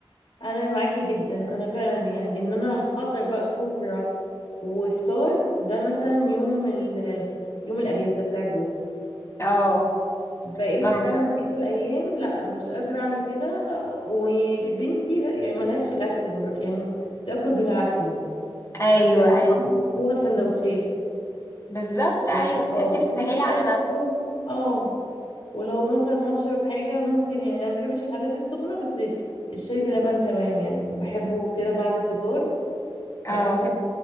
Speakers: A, on the left; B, on the left.
A: انا معاكي جدا انا فعلا يعني ان انا احضر بقى سفرة وفطار ده مثلا يوم ال يوم الاجازة بتاع جوزي
B: اه
A: بقيت
B: ما ب...
A: فعلا بقيت الايام لا مش قادرة اعمل كده وبنتي يعني ملهاش في الاكل بره يعني بتاكل بالعافية
B: ايوه
A: فتلاقي
B: ايوه
A: هو سندوتشات
B: بالظبط ايوه
A: ماشي.
B: تحسي
A: اه
B: بتسهلي
A: سندوتشات
B: على نفسك
A: مثلا اه ولو مثلا هشرب حاجة ممكن يعني أنا مبحبش الحاجات السخنة بس الشاي بلبن تمام يعني بحبه كده بعد الفطار
B: اه
A: بحس إنه